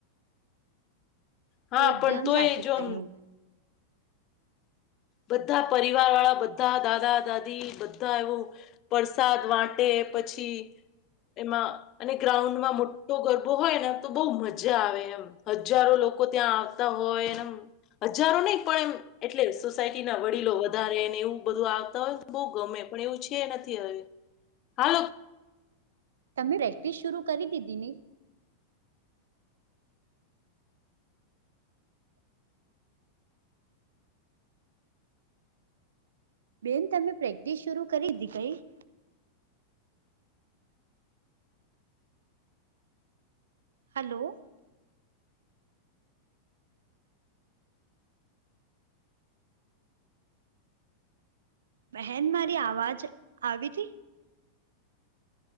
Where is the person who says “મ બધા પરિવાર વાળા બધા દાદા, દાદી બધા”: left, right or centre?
Left